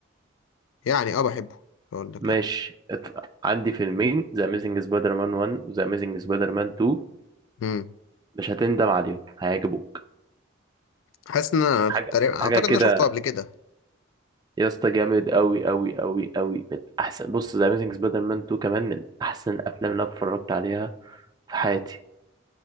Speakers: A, on the left; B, on the right.
A: يعني اه بحبه مش هقول لك
B: ماشي
A: لا
B: اتف- عندي فيلمين ذا اميزنج سبايدر مان 1 وذا اميزنج سبايدر مان 2
A: امم
B: مش هتندم عليهم هيعجبوك
A: حاسس ان انا
B: حاجه
A: تقريبا اعتقد
B: حاجه كده
A: ان انا شفته قبل كده
B: يا اسطى جامد قوي قوي قوي قوي من احسن بص ذا اميزنج سبايدر مان 2 كمان من احسن افلام اللي انا اتفرجت عليها في حياتي